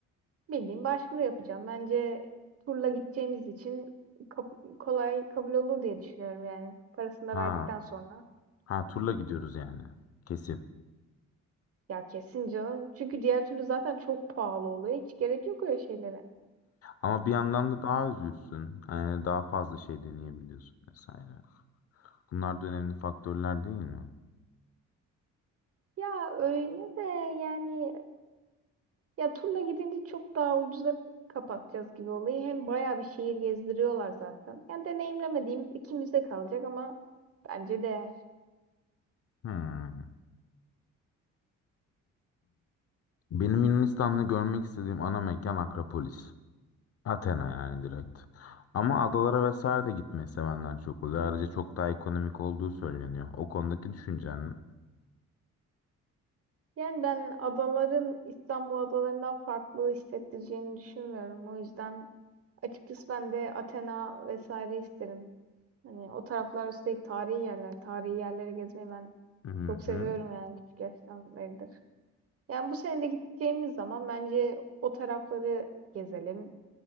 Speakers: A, on the right; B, on the left.
A: bildiğim başvuru yapacağım. Bence turla gideceğimiz için kap- kolay kabul olur diye düşünüyorum yani. Parasını da
B: Ha,
A: verdikten sonra.
B: ha turla gidiyoruz yani. Kesin.
A: Ya kesin canım. Çünkü diğer türlü zaten çok pahalı oluyor. Hiç gerek yok öyle şeylere.
B: Ama bir yandan da daha özgürsün. Yani daha fazla şey deneyebiliyorsun vesaire. Bunlar da önemli faktörler değil mi?
A: Ya öyle de yani Ya turla gidince çok daha ucuza kapatacağız gibi olayı. Hem bayağı bir şehir gezdiriyorlar zaten. Yani deneyimlemediğimiz iki kalacak ama bence değer.
B: Hmm. Benim Yunanistan'da görmek istediğim ana mekan Akropolis. Athena yani direkt. Ama adalara vesaire de gitmeyi sevenler çok oluyor. Ayrıca çok daha ekonomik olduğu söyleniyor. O konudaki düşüncen ne?
A: Yani ben adaların İstanbul adalarından farklı hissettireceğini düşünmüyorum. O yüzden açıkçası ben de Athena vesaire isterim. Hani o taraflar üstelik tarihi yerler. Tarihi yerlere gezmeyi ben
B: Hı
A: çok seviyorum
B: hı.
A: yani küçük yaştan beridir. Yani bu sene de gideceğimiz zaman bence o tarafları gezelim.